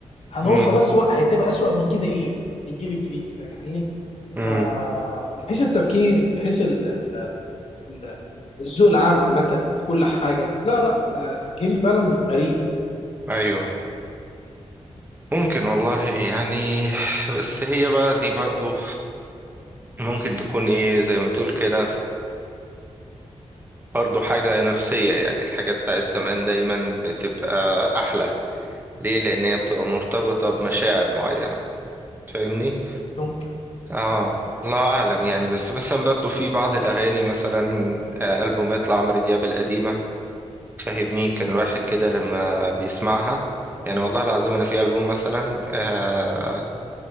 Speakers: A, on the left; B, on the right.
A: هنوصل
B: مم.
A: اسوأ هتبقى اسوأ من كده ايه للجيل الجديد فاهمني
B: مم.
A: فمن حيث التفكير من حيث ال- ال- ال- الذوق العام عامه في كل حاجه لا لا آه، جيل فعلا غريب
B: ايوه ممكن والله يعني بس هي بقى دي برضو ممكن تكون ايه زي ما تقول كده برضو حاجة نفسية يعني الحاجات بتاعت زمان دايما بتبقى احلى ليه لان هي بتبقى مرتبطه بمشاعر معينه فاهمني
A: ممكن
B: اه الله اعلم يعني بس مثلا برضو في بعض الاغاني مثلا آه، البومات لعمرو دياب القديمه فاهمني كان واحد كده لما بيسمعها يعني والله العظيم انا في البوم مثلا آه